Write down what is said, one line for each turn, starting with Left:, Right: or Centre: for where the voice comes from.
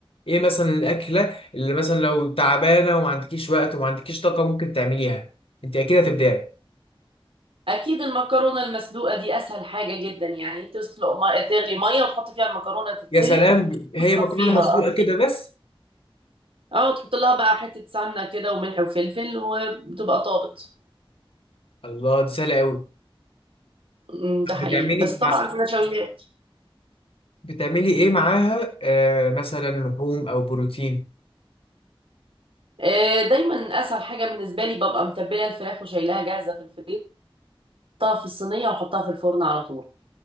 Left: ايه مثلا الاكله اللي مثلا لو تعبانه وما عندكيش وقت وما عندكيش طاقه ممكن تعمليها انت اكيد هتبدعي
Right: اكيد المكرونه المسلوقه دي اسهل حاجه جدا يعني تسلق ما... تغلي ميه وتحط فيها المكرونه تتسلق
Left: يا سلام هي
Right: وتصفيها
Left: مكرونه مسلوقه كده بس
Right: اه تحط لها بقى حته سمنه كده وملح وفلفل وبتبقى طابت
Left: الله دي سهله قوي
Right: أمم، ده حقيقي
Left: بتعملي
Right: بس بس طبعا
Left: مع...
Right: النشويات
Left: بتعملي ايه معاها آه مثلا لحوم او بروتين
Right: آه، دايما اسهل حاجه بالنسبه لي ببقى متبله الفراخ وشايلاها جاهزه في الفريزر احطها في الصينيه واحطها في الفرن على طول